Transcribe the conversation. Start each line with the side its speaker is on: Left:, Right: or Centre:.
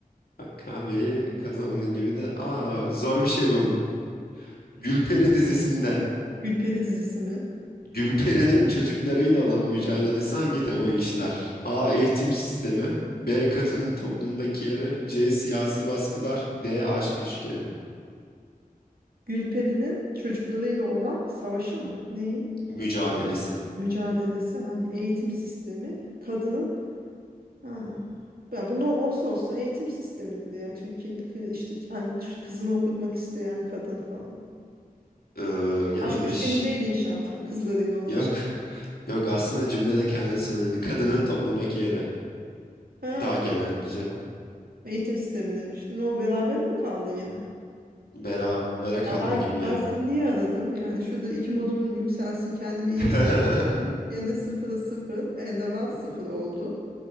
Left: kahveyi kazandın gibi de. Aa, zor bir şey buldum. Gülperi dizisinde
Right: Gülperi dizisi mi?
Left: Gülperi'nin çocuklarıyla olan mücadelesi hangi temayı işler? A. Eğitim sistemi. B. Kadının toplumdaki yeri. C. Siyasi baskılar. D. Aşk üçgeni.
Right: Gülperi'nin çocuklarıyla olan savaşı mı? Neyi?
Left: mücadelesi.
Right: Mücadelesi hangi? Eğitim sistemi. Kadının ha. Ya bu ne olsa olsa eğitim sistemidir ya. Türkiye'de kı- işte hani kızını okutmak isteyen kadın falan.
Left: Ee, yanlış.
Right: Aşk üçgeni değil inşallah kızlarıyla olan
Left: Yok.
Right: şey.
Left: Yok aslında cümlede kendini söyledi. Kadının toplumdaki yeri.
Right: Ha.
Left: Daha genel bir cevap.
Right: Eğitim sistemi demiştin. Ne oldu berabere mi kaldı gene?
Left: Berabere kaldı
Right: Ya ben
Left: gibi
Right: ben
Left: ya.
Right: seni niye aradım? Yani şurada iki modum yükselsin, kendimi iyi
Left: <laughs>
Right: hissedeyim dedim. Gene sıfıra sıfır, elde var sıfır oldu.